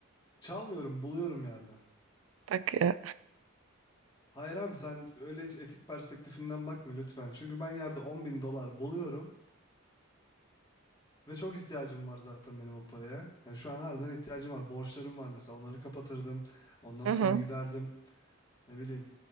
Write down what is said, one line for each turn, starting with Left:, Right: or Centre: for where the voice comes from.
Left: çalmıyorum, buluyorum yerde.
Right: Bak e,
Left: Hayır abi sen öyle hiç etik perspektifinden bakma lütfen. Çünkü ben yerde 10 bin dolar buluyorum. Ve çok ihtiyacım var zaten benim o paraya. Yani şu an harbiden ihtiyacım var. Borçlarım var mesela onları kapatırdım. Ondan
Right: Hı
Left: sonra
Right: hı.
Left: giderdim ne bileyim